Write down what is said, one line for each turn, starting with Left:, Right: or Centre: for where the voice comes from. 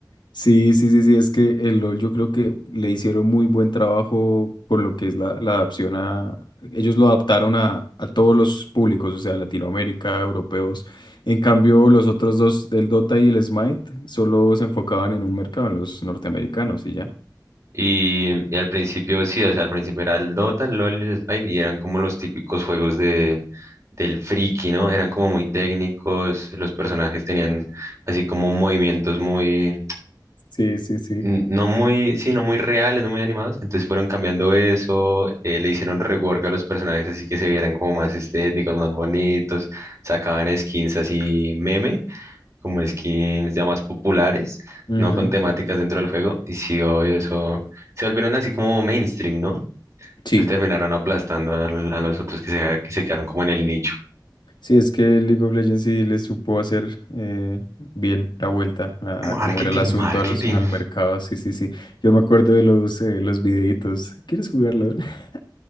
Left: Sí, sí, sí, sí, es que el LoL yo creo que le hicieron muy buen trabajo con lo que es la, la adaptación a... Ellos lo adaptaron a, a todos los públicos, o sea, Latinoamérica, europeos. En cambio, los otros dos, el Dota y el Smite, solo se enfocaban en un mercado, en los norteamericanos y ya.
Right: Y, y al principio, sí, o sea, al principio era el Dota, el LoL y el Smite, y eran como los típicos juegos de, del friki, ¿no? Eran como muy técnicos, los personajes tenían así como movimientos muy,
Left: Sí, sí, sí.
Right: n- no muy, sí, no muy reales, no muy animados, entonces fueron cambiando eso, eh, le hicieron rework a los personajes así que se vieran como más estéticos, más bonitos, sacaban skins así meme como skins ya más populares,
Left: Ujú.
Right: no con temáticas dentro del juego. Y sí, obvio, eso se volvieron así como mainstream, ¿no?
Left: Sí.
Right: Entonces terminaron aplastando al- a, los otros que se, que se quedaron como en el nicho.
Left: Sí, es que League of Legends sí le supo hacer eh, bien la vuelta a,
Right: Marketing,
Left: a cómo era el asunto
Right: marketing.
Left: a los, al mercado. ah, Sí, sí, sí. Yo me acuerdo de los, eh, los videitos. ¿Quieres jugarlo? <laughs>